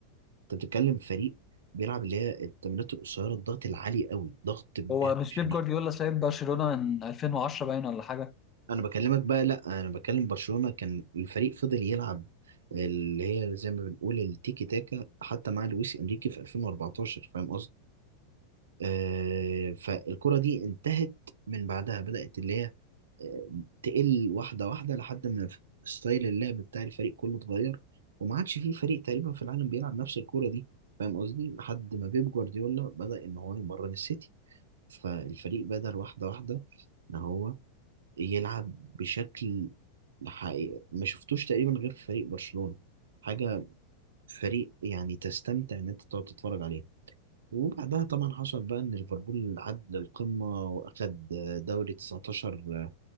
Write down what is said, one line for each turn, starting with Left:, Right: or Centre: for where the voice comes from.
Right: انت بتتكلم فريق بيلعب اللي هي التمريرات القصيره الضغط العالي قوي ضغط بجد
Left: هو مش
Right: شنيع
Left: بيب جوارديولا سايب برشلونة من 2010 باين ولا حاجة
Right: انا بكلمك بقى لا انا بكلم برشلونه كان الفريق فضل يلعب اللي هي زي ما بنقول التيكي تاكا حتى مع لويس انريكي في 2014 فاهم آه، فالكرة دي انتهت من بعدها بدأت اللي هي آه، تقل واحدة واحدة لحد ما ف- ستايل اللعب بتاع الفريق كله اتغير وما عادش فيه فريق تقريبا في العالم بيلعب نفس الكرة دي فاهم قصدي لحد ما بيب جوارديولا بدأ إن هو يمرن السيتي فالفريق بدأ واحدة واحدة إن هو يلعب بشكل حقيقي ما شفتوش تقريبا غير في فريق برشلونة حاجة فريق يعني تستمتع إن أنت تقعد تتفرج عليه وبعدها طبعا حصل بقى ان ليفربول عد للقمه واخد دوري 19